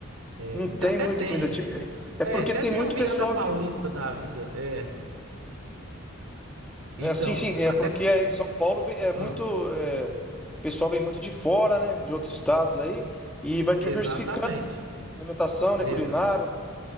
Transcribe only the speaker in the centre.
Não
tem
muita
comida típica.
É é
porque
tem
muito
pessoal
que.
né,
sim, sim, é
porque aí em São Paulo vem- é muito.
é, o pessoal vem muito de fora, né? De outros estados aí. E vai diversificando
a alimentação, né?
Culinária,